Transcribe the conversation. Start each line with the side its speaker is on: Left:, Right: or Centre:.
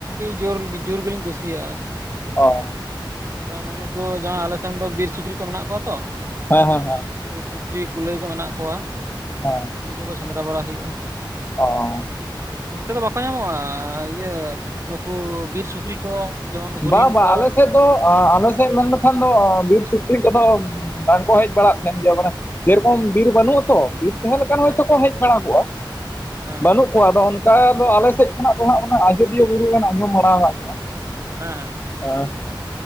Right: ᱡᱳᱨ, ᱡᱳᱨ ᱜᱮᱞᱤᱧ ᱠᱩᱥᱤᱭᱟᱜᱼᱟ ᱟᱨ
Left: ᱚ
Right: <unintelligible> ᱱᱩᱜ ᱱᱩᱠᱩ ᱡᱟᱦᱟᱸ ᱟᱞᱮ ᱥᱮᱱ ᱫᱚ ᱵᱤᱨ ᱥᱩᱠᱨᱤ ᱠᱚ ᱢᱮᱱᱟᱜ ᱠᱚᱣᱟ ᱛᱚ᱾
Left: ᱦᱚᱭ ᱦᱚᱭ ᱦᱚᱭ
Right: ᱵᱤᱨ ᱥᱩᱠᱨᱤ ᱠᱩᱞᱟᱹᱭ ᱠᱚ ᱢᱮᱱᱟᱜ ᱠᱚᱣᱟ᱾
Left: ᱟ
Right: ᱩᱱᱠᱩ ᱠᱚ ᱥᱮᱸᱫᱽᱨᱟ ᱵᱟᱲᱟ ᱦᱩᱭᱩᱜᱼᱟ᱾
Left: ᱚᱻ
Right: ᱚᱱᱛᱮ ᱫᱚ ᱵᱟᱠᱚ ᱧᱟᱢᱚᱜᱼᱟ ᱤᱭᱟᱹ ᱱᱩᱠᱩ ᱵᱤᱨ ᱥᱩᱠᱨᱤ? ᱛᱚ ᱡᱮᱢᱚᱱ ᱦᱚᱨᱤᱱ
Left: ᱵᱟ-ᱵᱟ
Right: ᱠᱚ
Left: ᱟᱞᱮ ᱥᱮᱜ ᱫᱚ ᱟ ᱟᱞᱮ ᱥᱮᱫᱽ ᱢᱮᱱ ᱞᱮᱠᱷᱟᱱ ᱫᱚ ᱵᱤᱨ ᱥᱩᱠᱨᱤ ᱠᱚᱫᱚ ᱵᱟᱝᱠᱚ ᱦᱮᱡ ᱵᱟᱲᱟᱜ ᱛᱟᱦᱮᱱ ᱜᱮᱭᱟ, ᱢᱟᱱᱮ ᱥᱮᱨᱚᱠᱚᱢ ᱵᱤᱨ ᱵᱟᱹᱱᱩᱜᱟ ᱛᱚ ᱵᱤᱨ ᱛᱟᱦᱮᱸ ᱞᱮᱠᱟᱱ ᱦᱚᱳᱭᱛᱳ
Right: ᱦᱮᱸ
Left: ᱠᱚ ᱦᱮᱡ ᱵᱟᱲᱟ ᱠᱚᱜᱼᱟ᱾
Right: ᱦᱮᱸ
Left: ᱵᱟᱹᱱᱩᱜ ᱠᱚᱣᱟ ᱟᱫᱚ <unintelligible> ᱟᱞᱮ ᱥᱮᱫ ᱠᱷᱚᱱᱟᱜ ᱫᱚ ᱦᱟᱸᱜ ᱚᱱᱟ ᱟᱡᱚᱫᱤᱭᱟᱹ ᱵᱩᱨᱩ ᱵᱮᱱ ᱟᱸᱡᱚᱢ ᱵᱟᱲᱟ ᱠᱟᱜ ᱜᱮᱭᱟ?
Right: ᱦᱮᱸ ᱦᱮᱸ।
Left: ᱟ